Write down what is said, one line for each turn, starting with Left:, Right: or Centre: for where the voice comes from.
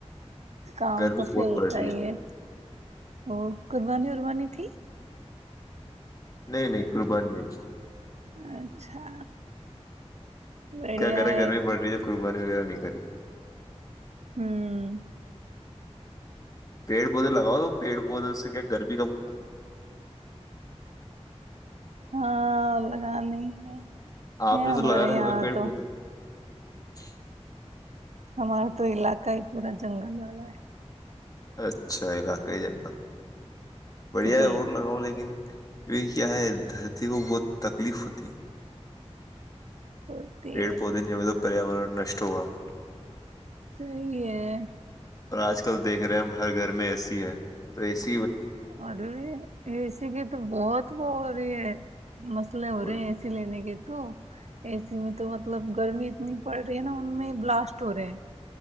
Right: کام
Left: گرمی
Right: تو پھیلتا
Left: بہت پڑ رہی
Right: ہی ہے اور قربانی ہو بانی ت
Left: نہیں نہیں قربانی نہیں
Right: اچھا بڑھیا
Left: کیا کرے
Right: ہے
Left: گرمی بڑ رہی ہےئی زبانی وغہ نہیں کری
Right: ہوں
Left: پیڑ پودے لگاؤ تو پیڑ پودے سے کیا گرمی کم ہوتی ہے
Right: ہاں لگے ہے
Left: آپ
Right: ہے
Left: نے
Right: ہمارے
Left: تو لگا رہے
Right: یہاں
Left: ہو پیڑ
Right: تو
Left: پودے <unintelligible>
Right: ہمارا تو علاقہ ہی پورا جنگل والا ہے
Left: اچھا علاقائی جنگل بڑھیا
Right: جی
Left: ہے اور لگاؤ لیکن یہ کیا ہے دھرتی کو بہت تکلیف ہوتی ہے <unintelligible>
Right: ہوتی
Left: پیڑ
Right: ہے
Left: پودے جو ہو تو <unintelligible> پریاورن نشٹ ہوگا <unintelligible>
Right: صحیح ہے
Left: اور آج کل دیکھ رہے ہیں ہم ہر گھر میں ایسی <unintelligible> ہے تو ایسے <unintelligible>
Right: ارے اے سی کی تو بہت ہو رہی ہے مسئلے ہو
Left: اور
Right: رہے اے سی لینے کے تو <unintelligible> اے سی میں تو مطلب گرمی اتنی <unintelligible> پڑ رہی ہے نا ان میں بلاسٹ ہو رہے ہیں